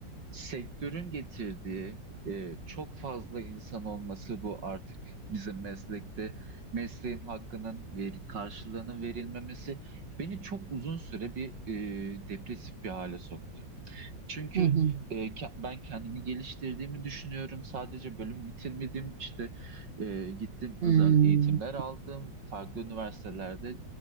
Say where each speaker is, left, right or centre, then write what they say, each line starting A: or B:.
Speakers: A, on the right; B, on the right.
A: sektörün getirdiği e, çok fazla insan olması bu artık bizim meslekte mesleğin hakkının veri- karşılığının verilmemesi beni çok uzun süre bir e, depresif bir hale soktu. Çünkü
B: Hı hı.
A: e, ke- ben kendimi geliştirdiğimi düşünüyorum. Sadece bölüm bitirmedim. İşte e, gittim özel
B: Hmm,
A: eğitimler aldım. Farklı üniversitelerde